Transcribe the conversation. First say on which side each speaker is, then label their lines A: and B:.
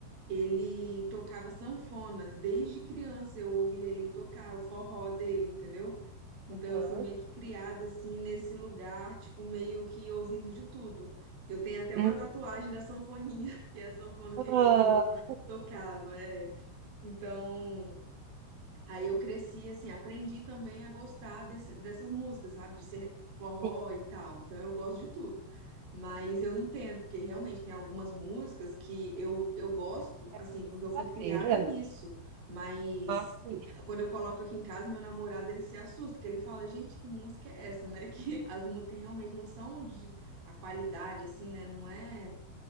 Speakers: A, on the right; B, on the right.
A: Ele tocava sanfona desde criança, eu ouvia ele tocar o forró dele, entendeu? Então
B: uhum,
A: eu fui meio que criada assim nesse lugar, tipo meio que ouvindo de tudo. Eu tenho até
B: uhum.
A: uma tatuagem da sanfoninha, <laughs> que é a sanfona que
B: Ah,
A: ele tocava, é. Então, aí eu cresci, assim, aprendi também a gostar desse- dessas músicas, sabe? De ser forró
B: sim,
A: e tal. Então, eu gosto de tudo. Mas eu entendo, porque realmente tem algumas músicas que eu, eu gosto,
B: é
A: assim,
B: muito
A: porque eu
B: choradeira.
A: fui criada nisso. Mas
B: Ah, sim.
A: quando eu coloco aqui em casa, meu namorado, ele se assusta, que ele fala, gente, que música é essa, né? <laughs> Que as músicas realmente não são de... A qualidade, assim, né? Não é,